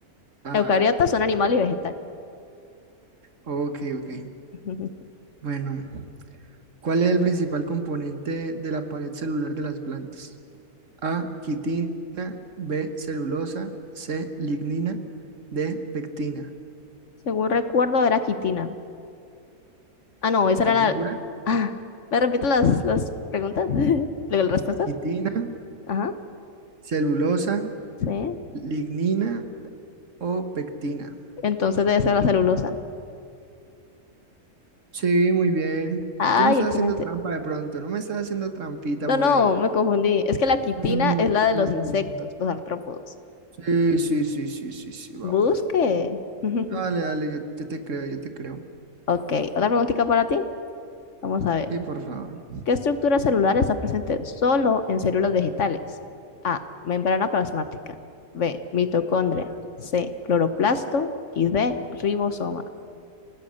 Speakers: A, on the right (about 55°); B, on the left (about 55°).
A: Ah,
B: Eucariota son animal y vegetal.
A: Ok, ok.
B: <laughs>
A: Bueno, ¿cuál es el principal componente de la pared celular de las plantas? A, quitina, B, celulosa, C, lignina, D, pectina.
B: Según recuerdo, era quitina. Ah, no, esa
A: ¿Estás
B: era la.
A: segura?
B: Ah, ¿me repito las, las preguntas? <laughs> ¿Las respuestas?
A: Quitina,
B: Ajá.
A: celulosa,
B: Sí.
A: lignina o pectina.
B: Entonces debe ser la celulosa.
A: Sí, muy bien.
B: Ay,
A: Tú no estás
B: excelente.
A: haciendo trampa de pronto, no me estás haciendo trampita
B: No,
A: por
B: no,
A: ahí.
B: me confundí. Es que la quitina
A: Mm,
B: es la de los
A: mm.
B: insectos, los artrópodos.
A: Sí, sí, sí, sí, sí, sí, vamos.
B: Busque. <laughs>
A: Dale, dale, yo, yo te creo, yo te creo.
B: Ok, otra preguntita para ti. Vamos a ver.
A: Sí, por favor.
B: ¿Qué estructura celular está presente solo en células vegetales? A. Membrana plasmática. B. Mitocondria. C. Cloroplasto. Y D. Ribosoma.